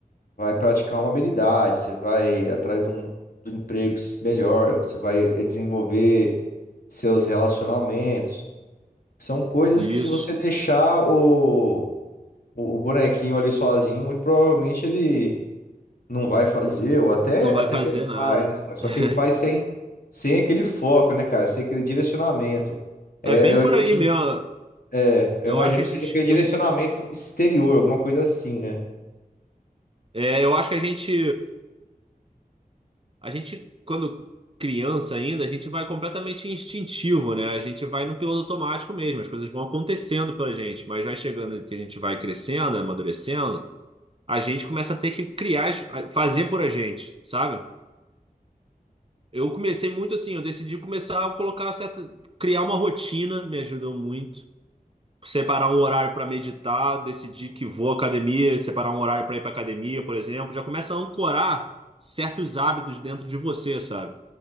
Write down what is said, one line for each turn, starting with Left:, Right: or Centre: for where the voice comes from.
Left: vai praticar uma habilidade, você vai atrás de um, do emprego melhor, você vai desenvolver seus relacionamentos. São coisas
Right: Isso.
Left: que se você deixar o, o, o bonequinho ali sozinho, muito provavelmente ele não vai fazer, ou até,
Right: Não vai
Left: até
Right: fazer
Left: que ele
Right: nada.
Left: faz, né? Só só
Right: <laughs>
Left: que ele faz sem, sem aquele foco, né, cara? Sem aquele direcionamento. É,
Right: É bem
Left: eu
Right: por
Left: imagino,
Right: aí mesmo.
Left: é, eu
Right: Eu
Left: imagino
Right: acho que
Left: que
Right: a gente,
Left: seja aquele direcionamento
Right: a gente-
Left: exterior, alguma coisa assim, né?
Right: é, eu acho que a gente A gente, quando criança ainda, a gente vai completamente instintivo, né? A gente vai no piloto automático mesmo, as coisas vão acontecendo pra gente, mas vai chegando que a gente vai crescendo, amadurecendo, a gente começa a ter que criar, as- a- fazer por a gente, sabe? Eu comecei muito assim, eu decidi começar a colocar certa, criar uma rotina, me ajudou muito. Separar um horário para meditar, decidir que vou à academia, separar um horário para ir para academia, por exemplo, já começa a ancorar certos hábitos dentro de você, sabe?